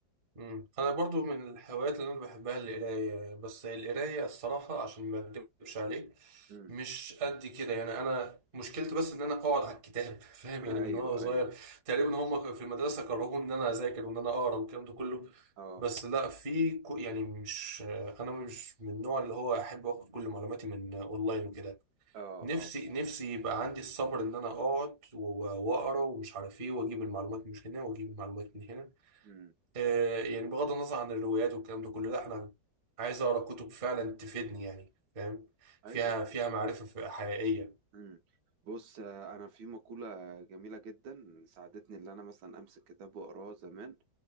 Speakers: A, on the right; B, on the right.
A: مم. انا برضو من الهوايات اللي انا بحبها القرايه بس القرايه الصراحه عشان ما اكدبش عليك
B: امم
A: مش قد كده يعني انا مشكلتي بس ان انا اقعد على الكتاب <laughs> فاهم يعني
B: ايوه
A: من وانا صغير
B: ايوه
A: تقريبا هم في المدرسه كرهوني ان انا اذاكر وان انا اقرا والكلام ده كله
B: اه
A: بس لا في كو- يعني مش انا مش من النوع اللي هو احب اخد كل معلوماتي من اونلاين وكده
B: اه
A: نفسي
B: اه
A: نفسي يبقى عندي الصبر ان انا اقعد و- واقرا ومش عارف ايه واجيب المعلومات من هنا واجيب المعلومات من هنا
B: امم
A: آه، يعني بغض النظر عن الروايات والكلام ده كله لا انا عايز اقرا كتب فعلا تفيدني يعني فاهم
B: ايوه
A: فيها
B: طبعا
A: فيها معرفة ف- حقيقية
B: امم بص آه، انا في مقوله جميله جدا ساعدتني اللي انا مثلا امسك كتاب واقراه زمان